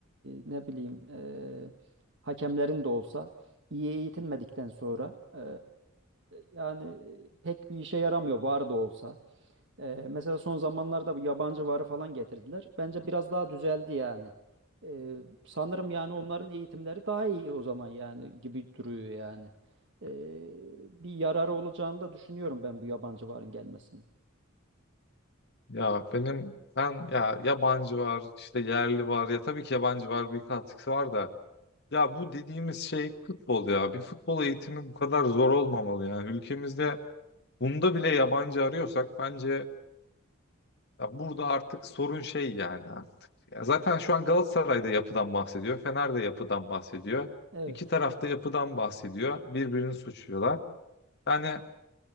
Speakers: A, on the right; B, on the left.
A: e, ne bileyim e, hakemlerin de olsa iyi eğitilmedikten sonra e, yani pek bir işe yaramıyor var da olsa. Ee, mesela son zamanlarda bu yabancı varı falan getirdiler. Bence biraz daha düzeldi yani. Ee, sanırım yani onların eğitimleri daha iyi o zaman yani gibi duruyor yani. Ee, bir yararı olacağını da düşünüyorum ben bu yabancı varın gelmesinin.
B: Ya benim ben ya yabancı var, işte yerli var. Ya tabii ki yabancı var, bir katkısı var da Ya bu dediğimiz şey futbol ya. Bir futbol eğitimi bu kadar zor olmamalı yani. Ülkemizde bunda bile yabancı arıyorsak bence ya burada artık sorun şey yani artık. Ya zaten şu an Galatasaray'da yapıdan bahsediyor. Fener'de yapıdan bahsediyor.
A: Evet,
B: İki tarafta yapıdan bahsediyor. Birbirini suçluyorlar. Yani